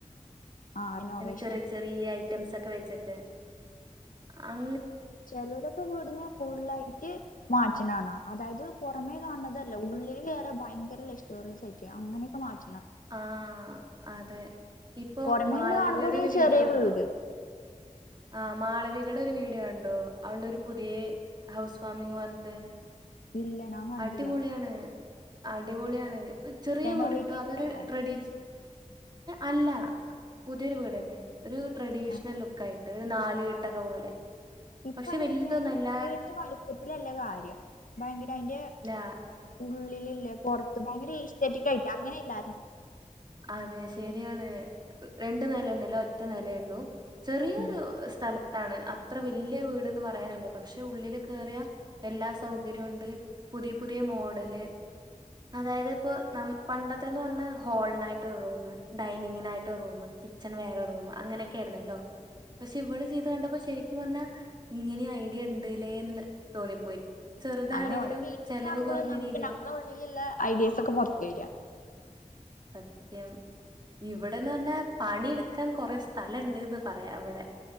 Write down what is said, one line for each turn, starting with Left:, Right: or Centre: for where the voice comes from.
Left: ആ റിനോവേഷൻ
Right: ചെറ ക്കെ വെച്ചിട്ട് അന
Left: ചെിലവരൊക്കെ വീടുന്ന ഫായിട്ട് മാറ്റനണ അതായത് മേ കാണുന്നതല്ല ഉള്ളിൽ കേയറെ ഭയങ്കര ലിസ്റ്റോറിയസ്യിട്ട അങ്ങനെയൊക്കെ മാറ്റ
Right: ആഹ അതെ ഇപ്പൊ
Left: പുറമേന്ന്
Right: മാളവികയുടെ
Left: കാണുമ്പോ
Right: ഒരു വീഡിയോ
Left: ചെറിയ
Right: കണ്ടുവ
Left: വീട്
Right: ആ മാളവിക ഇടെ ഒരു വീഡിയോ ഉണ്ടോ അവവിള ഒരു പുതിയ ഹൗസ് ഫാമിംഗന്ന് പറഞ്ഞിട്ട്
Left: ഇല്ല ഞാൻ കണ്ടില്ല
Right: അടിപൊളിയാണ് അടിപൊളിയാണ് ചെറിയ
Left: റെനോവേറ്റ്
Right: വീടിട്ടോ
Left: ചെയ്തക്കാണോ
Right: ട്രഡഏ അല്ല പുതിയൊരു വീട് തന്നെ ഒരു ട്രഡീഷണൽ
Left: ആഹ്
Right: ലുക്ക ആയിട്ട് ഒരു നാല് കെട്ടക്കെ പോലെ
Left: ഇപ്പൊ
Right: പക്ഷെ
Left: അതിനെ
Right: വലുതൊന്നല്ല
Left: എല്ലാരും വീട്ടന്റെ വളിപ്പത്തിലല്ല കാര്യം ഭയങ്കര അതിറെ
Right: ആ
Left: ഉള്ളിലില്ലേ പുറത്ത് ഭയങ്കര ഇസ്റ്റിക് ആയിട്ട് അങ്ങനെയല്ല
Right: അതെ ശരിയാണ് രണ്ട നില ഒന്നുമില്ല ഒറ്റ നിലയള്ളൂ ചെറിയൊരു
Left: ഉം
Right: സ്ഥലത്ത് ാണ് അത്ര വല്യ വീട്ന്ന് പറയാനല്ല പക്ഷെ ഉള്ളില് കേയറിയ എല്ലാ സൗകര്യവും ഉണ്ട് പുതിയ പുതിയ മോഡല് അതായത് ഇപ്പോ ന പണ്ടത്തെന്ന് പറഞ്ഞാൽ ഹോളിനായിട്ട് റൂ ഡൈനിങ്ങിനായിട്ട റൂ കിച്ചൺ വേറെ റൂം അങ്ങനെയൊക്കെ ആരുന്നല്ലോ പക്ഷെ ഇവിടെ ചെയ്ത് കണ്ടപ്പോ ശരിക്കും പറഞ്ഞാ ഇങ്ങനെ ഐഡിയ ഉണ്ട്ല്ലേന്ന് തോന്നിപ്പോയി ചെറുതാണെങ്കിലും
Left: അങ്ങനെ ഓരോ വീഡിയ
Right: ചെലവ്
Left: കാണുമ്പോഴ
Right: കൊറഞ്ഞ
Left: നമുക്ക്
Right: രീതിയില്
Left: നമ്മുടെ ഉള്ളിലുള്ള ഐഡിയാസ് ഒക്കെ പുറത്ത വരിക
Right: സത്യം ഇവിടെന്ന് പറന്നെ പണിെടുക്കാൻ കൊറെ സ്ഥലംുണ്ട്ന്ന് പറയാ അവിടെ